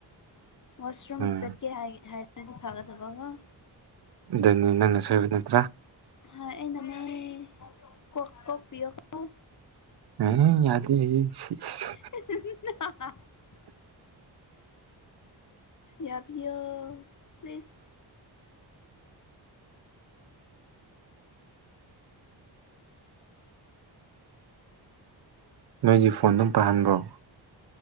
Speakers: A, on the left (about 45°); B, on the right (about 60°).
A: ꯋꯥꯁ ꯔꯨꯝꯝ
B: ꯎꯝ
A: ꯆꯠꯀꯦ ꯍꯥꯏ ꯍꯥꯏꯗꯤ ꯐꯒꯗꯕ ꯀꫭ
B: ꯑꯗꯨꯅꯤ ꯅꯪꯅ ꯁꯣꯏꯕ ꯅꯠꯇ꯭ꯔꯥ
A: ꯍꫭꯏ ꯑꯩꯅꯅꯩ ꯀꯣꯛ ꯀꯣꯛ ꯄꯤꯌꯨꯀꫭ
B: ꯎꯝ ꯌꯥꯗ ꯏꯩꯗ ꯁꯤ ꯏꯁ
A: <unintelligible> ꯌꯥꯕꯤꯌꫭ ꯄ꯭ꯂꯦꯁ
B: ꯅꯣꯏꯗꯤ ꯐꯣꯟꯗꯨꯝ ꯄꯥꯍꯟꯕ꯭ꯔꯣ